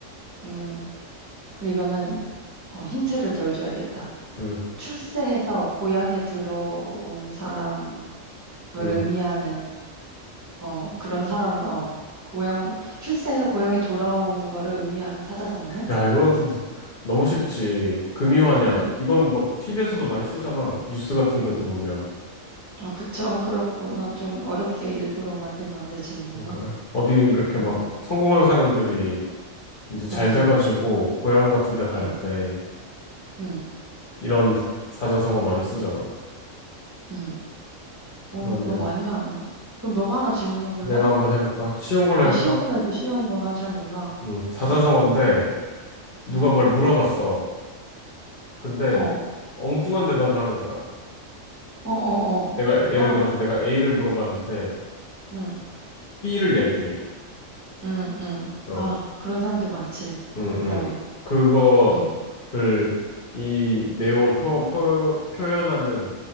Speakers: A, on the right; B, on the left.
A: 음, 그리고 이거는, 어, 힌트를 덜 줘야겠다.
B: 음,
A: 출세해서 고향에 들어온 사람을 의미하는,
B: 음.
A: 어, 그런 사람을, 어, 고향, 출세해서 고향에 돌아오는 거를 의미하는 사자성어는?
B: 야, 이것도 너- 너무 쉽지. 금이환양.
A: 아 그래?
B: 이건 막 TV에서도 많이 쓰잖아. 뉴스 같은 데도 보면.
A: 아, 그쵸. 아, 그렇구나. 좀 어렵게 일부러 만든 건데, 질문을.
B: 응, 그래. 어디 이렇게 막
A: 응,
B: 성공한 사람들이 이제 잘
A: 맞아.
B: 돼가지고 고향 같은 데 갈
A: 응,
B: 때
A: 응,
B: 이런 사자성어 많이 쓰잖아.
A: 응.
B: 그러면
A: 어, 너 많이 하네. 그럼 너가 하나 질문해 볼래?
B: 내가 한번 해볼까? 쉬운 걸로 해볼까?
A: 야, 쉬운 걸로 해줘, 쉬운 거. 난 잘 몰라.
B: 응, 사자성어인데
A: 응,
B: 누가
A: 응.
B: 뭘 물어봤어. 근데
A: 어,
B: 엉뚱한 대답을 하는 거야.
A: 어, 어,
B: 내가 예를
A: 어. 어,
B: 들어서 내가 A를 물어봤는데
A: 응,
B: B를 얘기해.
A: 응, 응.
B: 어.
A: 아, 그런 사람들 많지.
B: 응,
A: 대단해.
B: 응. 그거를
A: 응.
B: 이 내용을 표, 표, 표현하는